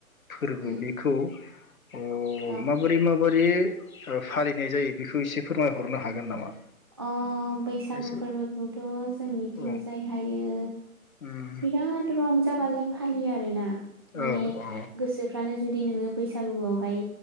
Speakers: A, on the left; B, on the right.
A: फोरबो
B: उम
A: बेखौ अ
B: औ
A: माबोरै माबोरै बे फालिनाय जायो बेखौ एसे फोरमायहरनो हागोन नामा?
B: अ बैसागु
A: एसे
B: फोरबोखौथ' जोंनिथिंजाय
A: औ
B: हायो
A: उम
B: बिराद रंजा बाजा फालियो आर रोना माने
A: औ औ
B: गोसोफ्रानो जुदि नोङो बैसागुआवहाय